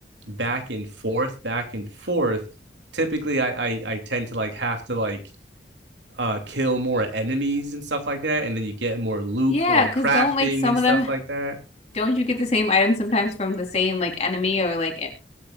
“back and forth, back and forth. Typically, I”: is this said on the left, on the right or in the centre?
Right